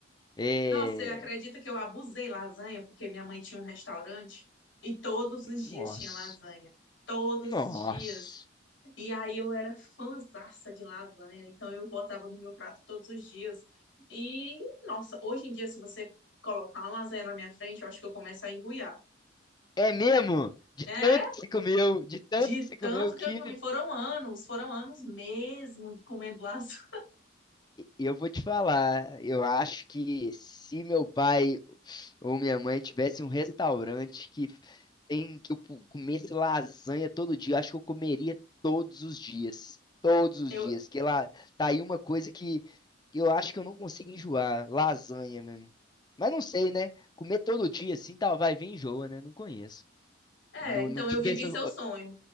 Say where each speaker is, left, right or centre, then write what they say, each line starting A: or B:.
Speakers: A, on the left; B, on the left.
A: É.
B: Nossa, você acredita que eu abusei lasanha porque minha mãe tinha um restaurante e todos os dias
A: Nossa.
B: tinha lasanha. Todos
A: Nossa.
B: os dias. E aí eu era fãzaça de lasanha, então eu botava no meu prato todos os dias. E, nossa, hoje em dia, se você colocar uma lasanha na minha frente, eu acho que eu começo a engoiar.
A: É mesmo? De
B: É,
A: tanto que você comeu, de tanto
B: de
A: que você comeu
B: tanto que
A: que
B: eu comi. Foram anos, foram anos mesmo comendo lasanha.
A: eu vou te falar, eu acho que se meu pai ou minha mãe tivesse um restaurante que tem que eu pu- comesse lasanha todo dia, eu acho que eu comeria todos os dias, todos os
B: Eu,
A: dias, que lá tá aí uma coisa que eu acho que eu não consigo enjoar, lasanha, mano. Mas não sei, né? Comer todo dia assim, tá, vai vir enjoa, né? Não conheço.
B: é,
A: Não,
B: então
A: não tive
B: eu vivi
A: essa,
B: seu sonho.